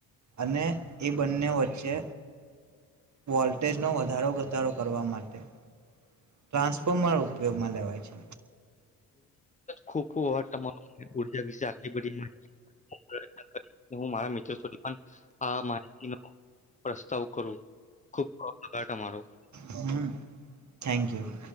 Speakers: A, on the right; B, on the left.
A: અને એ બંને વચ્ચે વોલ્ટેજનોો વધારો ઘટડો કરવા માટે ટ્રાન્સફોર્મર ઉપયોગમાં લેવાય છે.
B: ખુ ખબવા તમારો ઉર્જા વિશે આટલી બધી માહિતી હું મારા મિત્રોધ પણ આ માહિતીનો પ્રસ્તાવ કરું ખુબરો
A: હમ થેન્ક યુ <inaudible>